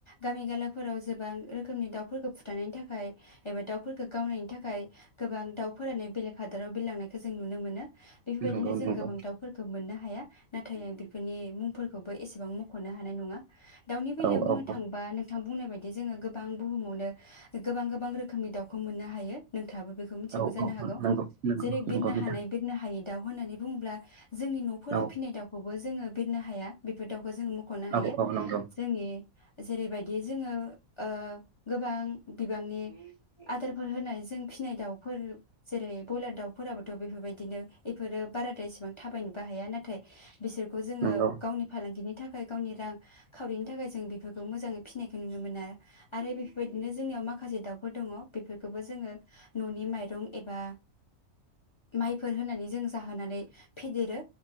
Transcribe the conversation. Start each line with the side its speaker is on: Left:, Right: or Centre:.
Left: गामि गाला फोराव गोबां रोखोमनि दाउफोरखौ फुथानायनि थाखाय एबा दाउफोरखौ गावनायनि थाखाय गोबां दाउ फोरानो बेलेग हादराव बिरलां नायखौ जों नुनो मोनो। बेफोर
Right: नंगौ
Left: बायदिनो जों
Right: नंगौ
Left: गोबां दाउ फोरखौ मोननो हाया। नाथाय आं बेफोरनि मुंफोरखौबो एसेबां मख'नो हानाय नङा बेलायाव
Right: औ
Left: बुंनो
Right: औ औ
Left: थांबा नों नोंथां बुंनाय बायदि जोङो गोबां बुहुमावनो गोबां गोबां रोखोमनि दाउखौ मोननो हायो। थाबो बेखौ मिथि
Right: औ
Left: जानो
Right: औ
Left: हागौ
Right: नंगौ नंगौ
Left: जेरै
Right: नंगौ
Left: बिरनो
Right: नोंथां
Left: हानाय, बिरनो हायै दाउ होननानै बुङोब्ला जोंनि न'फोराव
Right: औ
Left: फिनाय दाउखौबो जोङो बिरनो हाया बेफोर दाव जों मख'नो
Right: औ
Left: हायो।
Right: औ नंगौ
Left: जोंनि जेरैबायदि बिदि जोङो आ गोबां बिबांनि आदारफोर होनानै जों फिसिनाय दाउफोर जेरै ब्रयलार दाउफोराबोथ' बेफोरबायदिनो बेफोरो बाराद्राय एसेबां थाबायनोबो हाया नाथाय बिसोरखौ जोङो
Right: नंगौ
Left: गावनि फालांगिनि थाखाय गावनि रां खावरिनि थाखाय जों बेफोरखौ मोजाङै फिनायखौ नुनो मोना आरो बेबायदिनो जोंनि माखासे दाउ हदङ बेफोरखौबो जोङो न'नि माइरं एबा माइफोर होनानै जों जाहोनानै फेदेरो